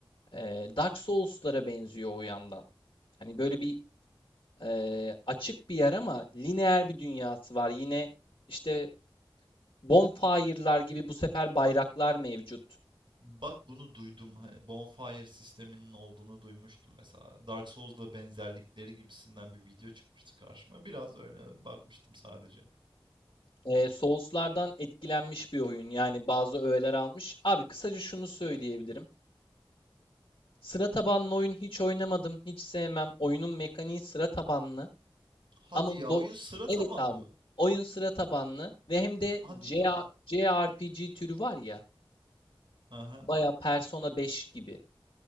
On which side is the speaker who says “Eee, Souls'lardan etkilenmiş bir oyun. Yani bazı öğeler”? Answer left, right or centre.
Left